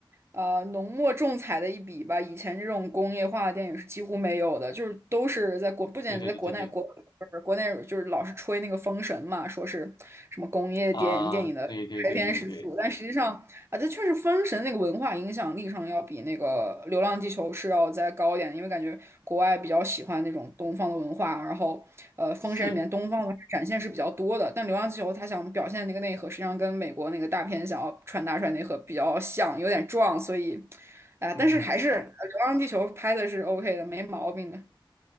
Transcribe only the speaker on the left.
对对对对对，
啊，对对对对对，
是，
嗯。